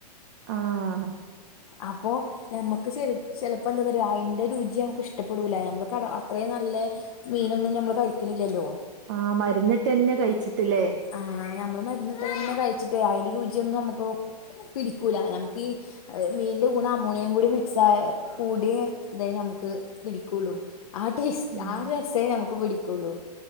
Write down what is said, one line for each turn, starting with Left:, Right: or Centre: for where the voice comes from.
Right: ആഹ്
Left: അപ്പൊ ഞമ്മക്ക് ചെല ചെലപ്പോന്താന്നറിയോ അയ്ന്റെ രുചി ഞമ്മക്ക് ഇഷ്ടപ്പെടൂല നമ്മള് കട അത്രയും നല്ല മീനൊന്നും ഞമ്മള് കഴിക്കണില്ലല്ലോ?
Right: ആഹ് മരുന്നിട്ട്ന്നെ കഴിച്ചിട്ടല്ലേ?
Left: ആഹ് ഞമ്മള് മരുന്നട്ടതന്നെ കഴിച്ചിട്ടേ അതിന്റെ രുചിയൊന്നും നമുക്ക് പിടിക്കൂല നമുക്ക് ഈ മീന്റെ കൂടെ അമോണിയം കൂടി മിക്സ് ആയ കൂടിയെ തെനു ഞമ്മുക്ക് പിടിക്കുള്ളൂ ആ ടേസ്റ്റ്
Right: ഉം
Left: ആ രസേ നമുക്ക് പിടിക്കുള്ളൂ